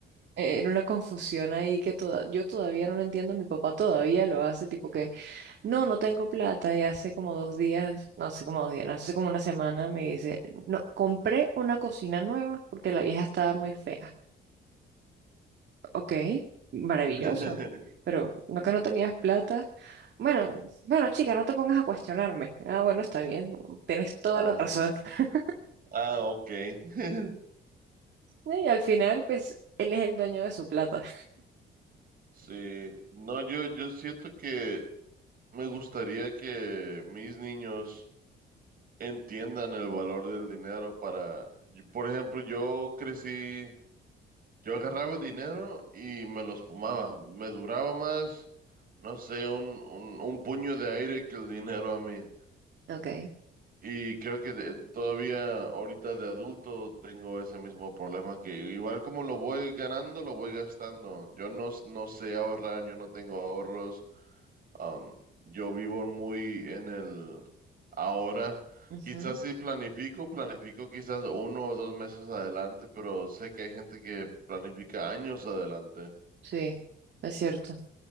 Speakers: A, on the right (about 60°); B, on the right (about 45°).
A: era una confusión ahí que toda, yo todavía no lo entiendo, mi papá todavía lo hace, tipo que, no, no tengo plata, y hace como dos días, no hace como dos días, no, hace como una semana me dice, no, compré una cocina nueva porque la vieja estaba muy fea. Ok, maravilloso.
B: <laughs>
A: Pero no que no tenías plata. Bueno, bueno, chica, no te pongas a cuestionarme. Ah, bueno, está bien. Tienes toda
B: Ah,
A: la razón. <laughs>
B: ah, ok. <laughs>
A: Y al final, pues, él es el dueño de su plata.
B: Sí, no, yo, yo siento que Me gustaría que mis niños entiendan el valor del dinero para, yo- por ejemplo, yo crecí, yo agarraba dinero y me los fumaba. Me duraba más, no sé, un, un, un puño de aire que el dinero a mí.
A: Ok.
B: Y creo que de- todavía ahorita de adulto tengo ese mismo problema que igual como lo voy ganando, lo voy gastando. Yo no, s- no sé ahorrar, yo no tengo ahorros. Am, yo vivo muy en el ahora.
A: ujú,
B: Quizás si planifico, planifico quizás uno o dos meses adelante, pero sé que hay gente que planifica años adelante.
A: Sí, es cierto.